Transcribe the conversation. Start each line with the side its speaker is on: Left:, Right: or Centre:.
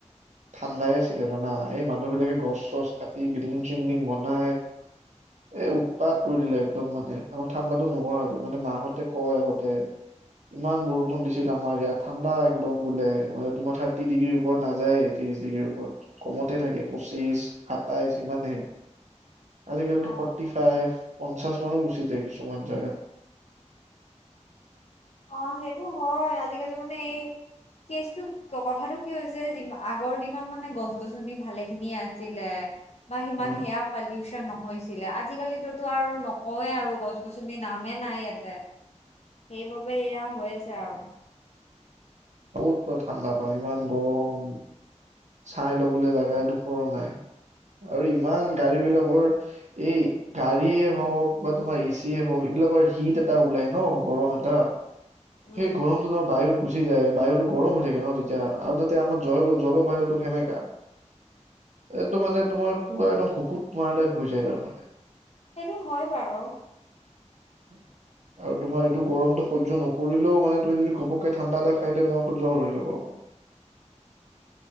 Right: ঠাণ্ডাই আছিলে জানা। এই মানুহ বিলাকে গছ চছ কাটি, বিল্ডিং চিলডিং বনাই, এ উৎপাত কৰি দিলে, একদম মানে আমাৰ ঠাণ্ডাতো নোহোৱা হৈ গ'ল মানে মাহতে কয় আগতে ইমান বৰষুণ দিছিল আমাৰ ইয়াত ঠাণ্ডা একদম বোলে মানে তোমাৰ থাৰ্টি ডিগ্ৰীৰ ওপৰত নাযায় তিচ ডিগ্ৰীৰ ওপৰত কমতে থাকে, পঁচিশ সাতাইশ ইমানহে। আজিকালিতো
Left: অ
Right: ফৰ্টি ফাইভ, পঞ্চাশ মানো গুচি যায় কিছুমান জাগাত
Left: অ সেইটো হয় আজিকালি মানে এই কেচটো কথাটো কি হৈছে আগৰ দিনত মানে গছ গছনি ভালে খিনিয়ে আছিলে বা সিমান
Right: হা
Left: সেয়া পালিউচন নহৈছিলে আজি আজিকালিতোতো নকওঁৱে আৰু গছ- গছনি নামেই নাই ইয়াতে সেইবাবে সবে এয়া হৈ আছে আৰু।
Right: ক'ত বা ঠাণ্ডা পাম ইমান গৰম চাই ল'বলৈ জাগা এদুখৰো নাই আৰু ইমান গাড়ী বিলাকৰ এই গাড়ী হওক বা তোমাৰ এচিয়ে হওক বিলাকৰ হিট এটা ওলাই ন গৰম এটা
Left: উম
Right: সেই গৰমটো বায়ু। গুচি যায় বায়ুতটো গৰম হৈ থাকে ন তেতিয়া। আৰু তাতে আমাৰ জ জলবায়ুটো সেমেকা। একদম মানে তোমাৰ পুৰা একদম খুকুত মাৰা টাইপ হৈ যায় তাৰমানে
Left: সেইটো হয় বাৰু
Right: <inaudible> আৰু তোমাৰ এইটো গৰমটো সজ্য নকৰিলেও মানে তুমি যদি ঘপকে ঠাণ্ডা এটা খাই দিয়া তোমাৰ আকৌ জ্বৰ হৈ যাব <unintelligible>